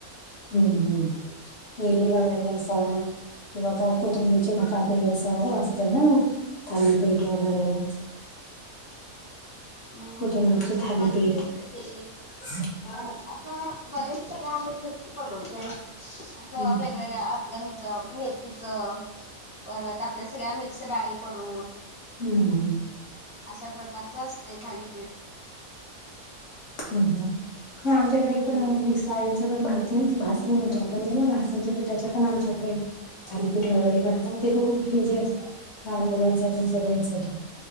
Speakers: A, on the left; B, in the centre.
A: हम्म, हम्, एल् वगर सव <unintelligible> किंवा प कुतची काटे असं असतं ना थालीपीठ वगैरे <unintelligible>
B: अं
A: कोथिंबीर ची थालीपीठ
B: तेन
A: -
B: असं बरेच सगळे आम्ही घरीच बणवतोय असं
A: हम्म
B: वेग- वेगवेगळ्या आप ह्याच मेथीच, परत आपल्या सगळ्या मिक्स डाळी करून-
A: हम्. हम्म.
B: अशाप्रकारच असतय थालीपीठ.
A: ह, ह, आमच्याकडे
B: हम्म.
A: पण मिसाळच पण माहि- भासण आपण बघ भासांच्या पिठाच्या पण आमच्याकडे <unintelligible> थालीपीठ वगैरे करतात, ते तर खूप हेल्दी असत, लहान मुलांसाठी सगळ्यांसाठी.